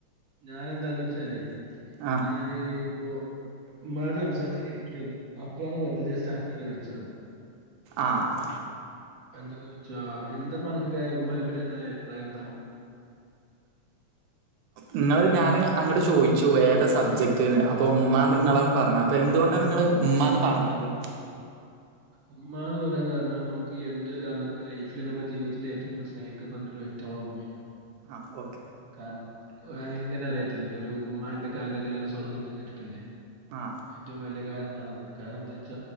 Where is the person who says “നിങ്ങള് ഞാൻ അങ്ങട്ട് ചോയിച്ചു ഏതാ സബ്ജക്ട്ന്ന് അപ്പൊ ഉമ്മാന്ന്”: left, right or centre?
Right